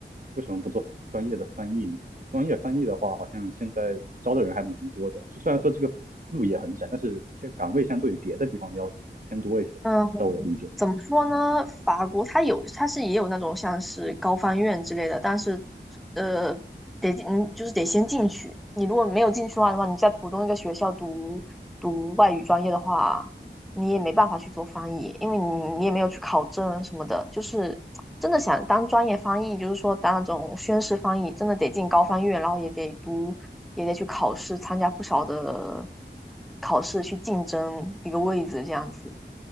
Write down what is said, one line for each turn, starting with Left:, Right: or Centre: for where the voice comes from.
Right: 为什么不做专业的翻译呢？专业翻译的话，好像现在招的人还蛮多的，就虽然说这个路也很窄，但是这个岗位相对于别的地方要偏多一些，
Centre: 嗯。
Right: 在我的理解。
Centre: 怎么说呢？法国它有，它是也有那种像是高翻院之类的，但是，呃，得进嗯，就是得先进去。你如果没有进去的话的话，你在普通一个学校读读外语专业的话，你也没办法去做翻译，因为你你也没有去考证什么的。就是真的想当专业翻译，就是说当那种宣誓翻译，真的得进高翻院，然后也得读，也得去考试，参加不少的考试去竞争一个位置这样子，